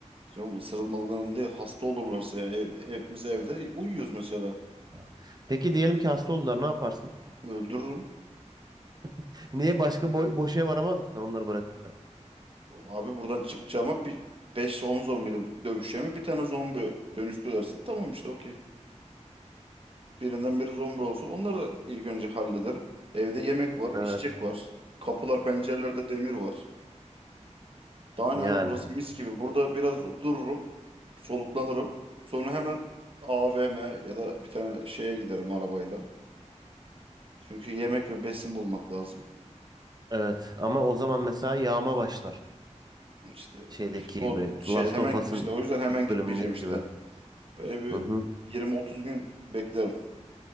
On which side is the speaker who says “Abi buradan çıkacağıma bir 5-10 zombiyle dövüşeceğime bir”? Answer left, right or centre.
Right